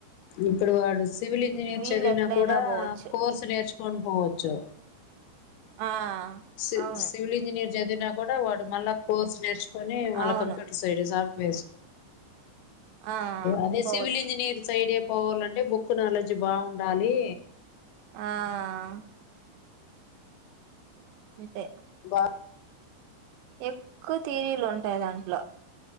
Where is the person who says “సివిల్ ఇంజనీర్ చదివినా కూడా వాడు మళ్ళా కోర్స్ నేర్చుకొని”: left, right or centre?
Left